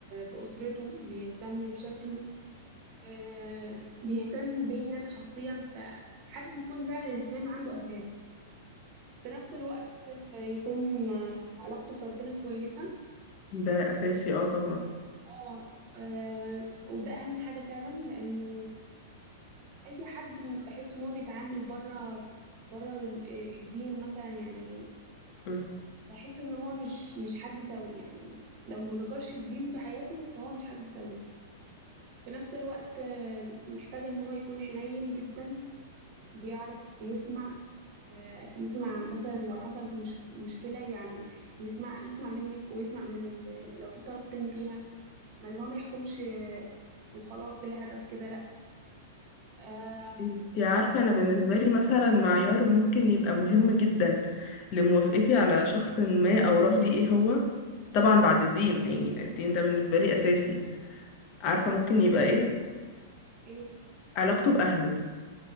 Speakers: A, on the right (about 45°); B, on the left (about 45°).
A: بأسرته بيهتم بشكله آه، بيهتم بيا أنا شخصيا فحد يكون فعلا الاهتمام عنده أساس في نفس الوقت آه، يكون آه، علاقته بربنا كويسة
B: ده أساسي اه طبعا
A: اه آه، وده أهم حاجة فعلا لأنه أي حد بحس إن هو بيتعامل بره بره ال- الدين مثلا يعني
B: مم.
A: بحس ان هو مش مش حد سوي يعني لو ما ذكرش الدين في حياته فهو مش حد سوي في نفس الوقت آه، محتاجة ان هو يكون حنين جدا بيعرف يسمع آه، يسمع مثلا لو حصلت مش مشكلة يعني يسمع يسمع منك ويسمع من آه، لو في طرف تاني فيها ما اللي هو ما يحكمش آه، وخلاص بلا هدف كده لا آه،
B: انتي عارفة أنا
A: ويكون
B: بالنسبة لي مثلا معيار ممكن يبقى مهم جدا لموافقتي على شخص ما أو رفضي ايه هو طبعا بعد الدين يعني الدين ده بالنسبة لي أساسي عارفة ممكن يبقى ايه
A: ايه
B: علاقته بأهله